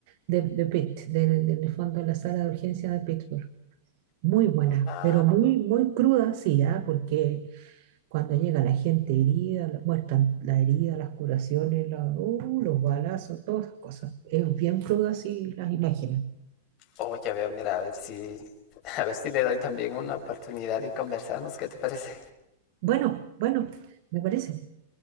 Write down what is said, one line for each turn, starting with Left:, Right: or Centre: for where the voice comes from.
Right: de, de Pitt, de, de- en el fondo de la sala de urgencia de Pittsburgh. Muy buena,
Left: Ah,
Right: pero muy, muy cruda, sí, ¿ah? Porque Cuando llega la gente herida, la- muestran la herida, las curaciones, la- uh, los balazos, todas esas cosas. Es bien crudo así las imágenes.
Left: Oh, ya veo, mira, a ver si, <laughs> a ver si le doy también una oportunidad y conversamos, ¿qué te parece?
Right: Bueno, bueno, me parece,